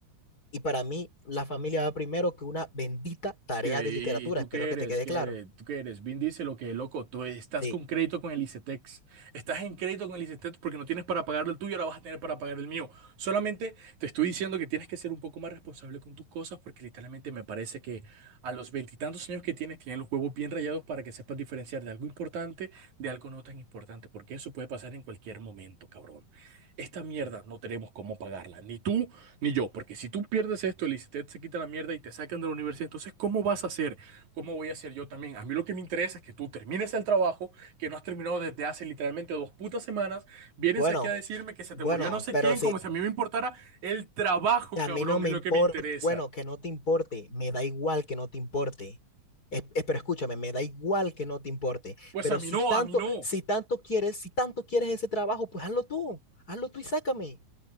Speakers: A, on the left (about 25°); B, on the right (about 65°).
A: Y para mí, la familia va primero que una bendita tarea
B: ¿Qué?
A: de literatura.
B: ¿Y, y tú
A: Espero
B: qué
A: que
B: eres?
A: te quede
B: ¿Qué
A: claro.
B: eres? ¿Tú qué eres? Vin dice lo que loco, tú estás
A: Sí.
B: con crédito con el ICETEX. Estás en crédito con el ICETEX porque no tienes para pagar el tuyo, ahora vas a tener para pagar el mío. Solamente te estoy diciendo que tienes que ser un poco más responsable con tus cosas porque literalmente me parece que a los veintitantos años que tienes, tienes los huevos bien rayados para que sepas diferenciar de algo importante de algo no tan importante, porque eso puede pasar en cualquier momento, cabrón. Esta mierda no tenemos cómo pagarla, ni tú ni yo, porque si tú pierdes esto, el ICETEX se quita la mierda y te sacan de la universidad, entonces, ¿cómo vas a hacer? ¿Cómo voy a hacer yo también? A mí lo que me interesa es que tú termines el trabajo, que no has terminado desde hace literalmente dos putas semanas, vienes
A: Bueno,
B: aquí a decirme que se
A: bueno,
B: te murió no sé
A: pero
B: quién,
A: si
B: como si a mí me importara el trabajo,
A: a
B: cabrón,
A: mí no me
B: es
A: importa,
B: lo que me interesa.
A: bueno, que no te importe, me da igual que no te importe. Es- es- pero escúchame, me da igual que no te importe.
B: Pues
A: Pero
B: a mí
A: si
B: no,
A: tanto,
B: a mí no.
A: si tanto quieres, si tanto quieres ese trabajo, pues hazlo tú, hazlo tú y sácame,